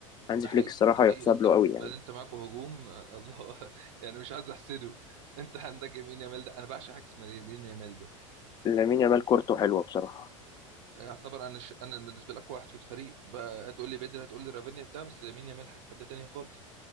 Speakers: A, on the left (about 25°); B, on the right (about 65°).
A: هانز
B: ده
A: فليك
B: حقيقي
A: الصراحه
B: ده حقيقي
A: يحسب
B: انت
A: له قوي يعني
B: بل انت معاكوا هجوم آه، الله <laughs> يعني مش عايز احسده انت عندك يمين يامال ده انا بعشق حاجه اسمها يمين يامال ده
A: لامين يامال كورته حلوه بصراحه
B: يعتبر انا ش... انا بالنسبه لك واحد في الفريق بقى هتقول لي بدري هتقول لي رافينيا بتاع بس يمين يامال حاجه في حته تانيه خالص